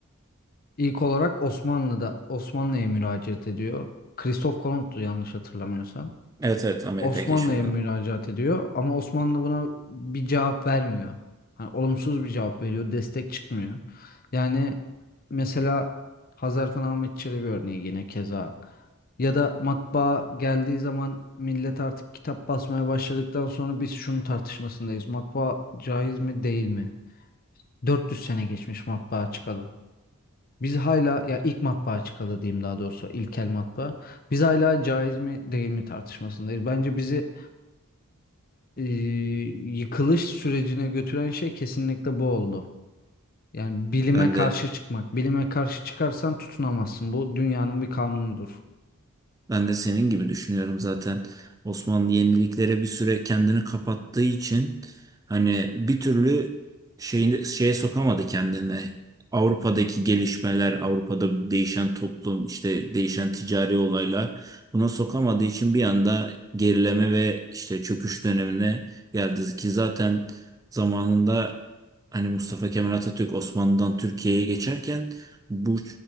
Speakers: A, on the left; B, on the right.
A: İlk olarak Osmanlı'da Osmanlı'ya müracaat ediyor. Kristof Kolomb'tu yanlış hatırlamıyorsam.
B: Evet evet Amerika'yı
A: Osmanlı'ya
B: keşfedelim.
A: müracaat ediyor ama Osmanlı buna bir cevap vermiyor. Hani olumsuz bir cevap veriyor, destek çıkmıyor. Yani mesela Hazarfın Ahmet Çelebi örneği yine keza. Ya da matbaa geldiği zaman millet artık kitap basmaya başladıktan sonra biz şunun tartışmasındayız. Matbaa caiz mi değil mi? 400 sene geçmiş matbaa çıkalı. Biz hala ya ilk matbaa çıkalı diyeyim daha doğrusu ilkel matbaa. Biz hala caiz mi değil mi tartışmasındayız. Bence bizi e, yıkılış sürecine götüren şey kesinlikle bu oldu. Yani bilime
B: Ben
A: karşı
B: de
A: çıkmak. Bilime karşı çıkarsan tutunamazsın. Bu dünyanın bir kanunudur.
B: Ben de senin gibi düşünüyorum zaten. Osmanlı yeniliklere bir süre kendini kapattığı için hani bir türlü şeyini şeye sokamadı kendini. Avrupa'daki gelişmeler, Avrupa'da değişen toplum, işte değişen ticari olaylar buna sokamadığı için bir anda gerileme ve işte çöküş dönemine geldi ki zaten zamanında hani Mustafa Kemal Atatürk Osmanlı'dan Türkiye'ye geçerken bu